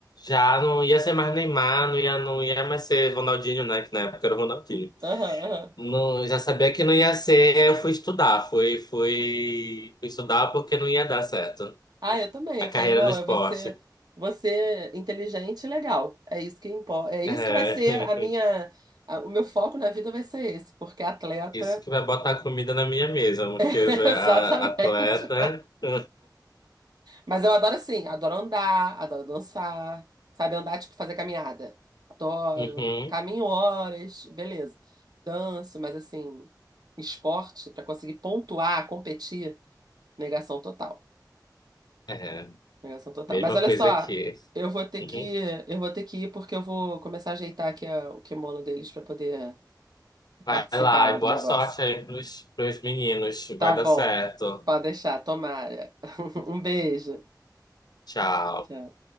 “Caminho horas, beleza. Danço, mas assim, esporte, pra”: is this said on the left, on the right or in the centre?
Right